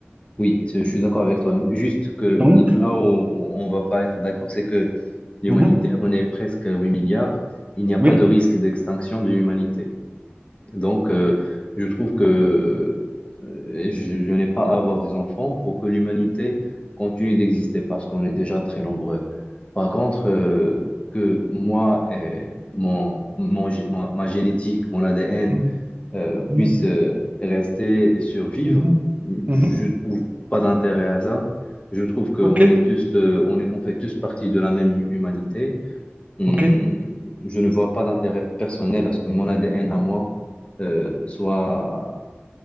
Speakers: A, on the left; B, on the right.
A: Oui, c'est- je suis d'accord avec toi. Juste que
B: Donc,
A: là où où on va pas être d'accord, c'est que l'humanité,
B: mhm,
A: on est presque à 8 milliards. Il n'y a pas
B: oui.
A: de risque d'extinction de l'humanité. Donc, euh, je trouve que euh, je, je n'ai pas à avoir des enfants pour que l'humanité continue d'exister parce qu'on est déjà très nombreux. Par contre, euh, que moi et mon, mon gé- ma, ma génétique, mon ADN,
B: Mhm,
A: euh, puissent
B: mhm,
A: euh, rester et survivre,
B: mhm. Mhm.
A: je trouve pas d'intérêt à ça. Je trouve qu'on
B: Ok,
A: est tous, euh, on est- on fait tous partie de la même humanité. Hum,
B: ok.
A: je ne vois pas d'intérêt personnel à ce que mon ADN à moi euh, soit